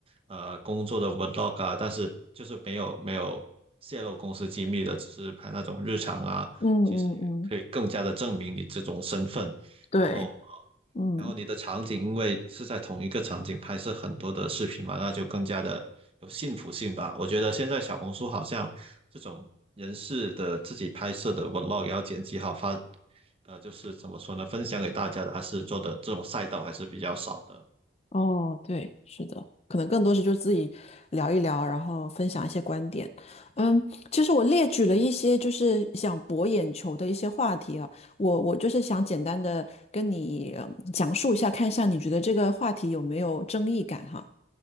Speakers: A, on the right; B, on the left.
A: 呃，工作的 vlog 啊，但是就是没有没有泄露公司机密的，只是拍那种日常啊，
B: 嗯嗯嗯，
A: 其实也可以更加的证明你这种身份。
B: 对，
A: 然后，呃
B: 嗯。
A: 然后你的场景因为是在同一个场景拍摄很多的视频嘛，那就更加的有幸福性吧。我觉得现在小红书好像这种人事的自己拍摄的 vlog 要剪辑好发，呃，就是怎么说呢，分享给大家的，还是做的这种赛道还是比较少的。
B: 哦，对，是的，可能更多是就是自己聊一聊，然后分享一些观点。嗯，其实我列举了一些就是想博眼球的一些话题啊，我我就是想简单的跟你，嗯讲述一下，看一下你觉得这个话题有没有争议感哈。